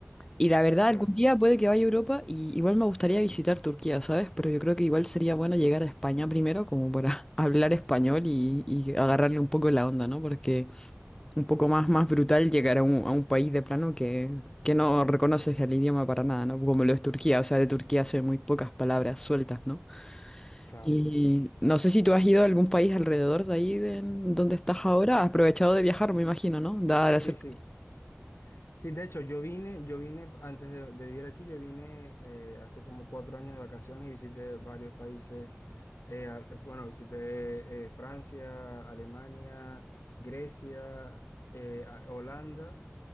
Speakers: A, on the left (about 15°); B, on the left (about 85°).
A: Y la verdad,
B: claro,
A: algún día puede que vaya a Europa y igual me gustaría visitar Turquía, ¿sabes? Pero yo creo que igual sería bueno llegar a España primero, como para <laughs> hablar español y, y agarrarle un poco la onda, ¿no? Porque un poco más, más brutal llegar a un, a un país de plano que, que no reconoces el idioma para nada, ¿no? Como lo es Turquía, o sea, de Turquía sé muy pocas palabras sueltas, ¿no?
B: claro.
A: Y no sé si tú has ido a algún país alrededor de ahí, de en donde estás ahora, has aprovechado de viajar, me imagino, ¿no? Dada
B: Sí,
A: la cercanía.
B: sí. Sí, de hecho, yo vine, yo vine antes de, de vivir aquí, yo vine eh, hace como cuatro años de vacaciones y visité varios países. eh, al- bueno, visité eh, Francia, Alemania, Grecia, eh, a- Holanda.